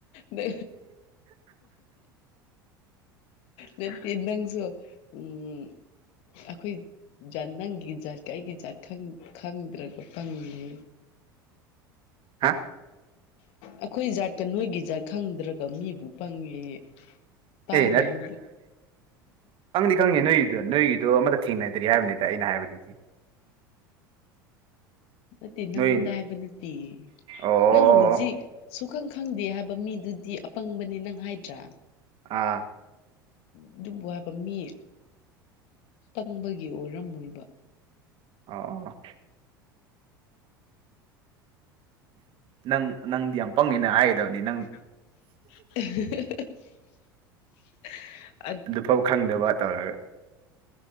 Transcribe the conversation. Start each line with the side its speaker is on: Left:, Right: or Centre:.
Left: ꯅ ꯅꯠꯇꯦ ꯅꯪꯁꯨ
Right: <unintelligible>
Left: ꯎꯝ ꯑꯩꯈꯣꯏ ꯖꯥꯠ ꯅꯪꯒꯤ ꯖꯥꯠꯀ ꯑꯩꯒꯤ ꯖꯥꯠ ꯈꯪꯗ꯭ꯔꯒ ꯐꯪꯉ
Right: ꯍꯥ
Left: ꯑꯩꯈꯣꯏ ꯖꯥꯠꯠꯇ ꯅꯣꯏꯒꯤ ꯖꯥꯠ ꯈꯪꯗ꯭ꯔꯒ ꯃꯤꯕꯨ ꯄꯪꯉꯦ ꯇꯥꯗꯕꯨ
Right: ꯑꯦ ꯈꯤ ꯈꯪꯉꯦ ꯅꯣꯏꯒꯤꯗꯣ ꯅꯣꯏꯒꯤꯗꯣ ꯑꯃꯠꯇ ꯊꯦꯡꯅꯗ꯭ꯔꯤ ꯍꯥꯏꯕꯅꯤꯗ ꯑꯩꯅ ꯍꯥꯏꯕꯗꯨꯗꯤ
Left: ꯅꯠꯇꯦ ꯅꯪꯉꯣꯟꯗ
Right: ꯅꯣꯏ
Left: ꯍꯥꯏꯕ ꯅꯠꯇꯦ
Right: ꯑꯣ
Left: ꯅꯪꯅ ꯍꯧꯖꯤꯛ ꯁꯨꯈꯪ ꯈꯪꯗꯦ ꯍꯥꯏꯕ ꯃꯤꯗꯨꯗꯤ ꯑꯄꯪꯕꯅꯤ ꯅꯪ ꯍꯥꯏꯗ꯭ꯔꯥ
Right: ꯑꯥ
Left: ꯑꯗꯨꯕꯨ ꯍꯥꯏꯕ ꯃꯤ ꯄꯪꯕꯒꯤ ꯑꯣꯏꯔꯝꯃꯣꯏꯕ
Right: ꯑꯣ ꯅꯪ ꯅꯪꯗꯤ ꯌꯥꯝ ꯄꯪꯉꯅ ꯍꯥꯏꯒꯗꯕꯅꯤ ꯅꯪ
Left: <unintelligible>
Right: ꯑꯗꯨꯐꯥꯎ ꯈꯪꯗꯕ ꯇꯧꯔꯒ